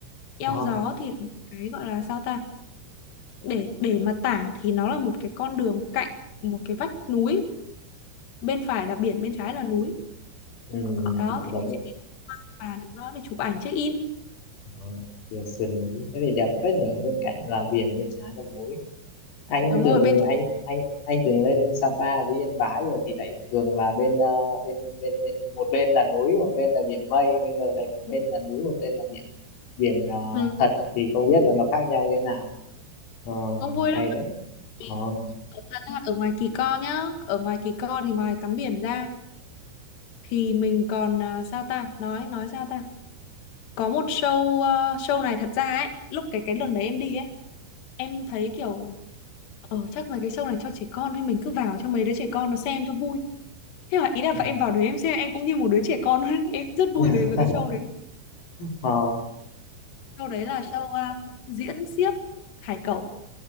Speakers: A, on the left (about 60°); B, on the left (about 90°).
A: Eo
B: Ờ,
A: gió thì là cái gọi là sao ta? Để để mà tả thì nó là một cái con đường cạnh một cái vách núi, bên phải là biển, bên trái là núi.
B: ừ,
A: Đó thì
B: giống
A: mình sẽ đi tham quan và đứng đó để chụp ảnh check in.
B: ờ, ờ, Sườn núi, thế thì đẹp phết nhỉ, ở bên cạnh là biển, bên trái là núi. anh
A: Đúng
B: thường
A: rồi, bên
B: anh anh anh thường lên Sapa với Yên Bái rồi thì lại thường là bên ờ, bên bên bên một bên là núi một bên là biển mây bây giờ lại một bên là núi một bên là biển biển ờ,
A: ừ,
B: thật thì không biết là nó khác nhau như thế nào ờ,
A: cũng vui
B: hay
A: lắm.
B: đấy
A: Vì
B: ờ.
A: thật ra ở ngoài Kỳ Co nhá, ở ngoài Kỳ Co thì ngoài tắm biển ra thì mình còn à, sao ta? Nói nói sao ta? Có một show à, show này thật ra ấy, lúc cái cái lần đấy em đi ấy, em thấy kiểu ờ chắc là cái show này cho trẻ con thôi mình cứ vào cho mấy đứa trẻ con nó xem cho vui thế là ý là
B: Ừ.
A: và em vào đấy em xem em cũng như một đứa trẻ con ấy. <laughs> em rất
B: <laughs>
A: vui về với cái show đấy
B: ờ.
A: show đấy là show à, diễn xiếc hải cẩu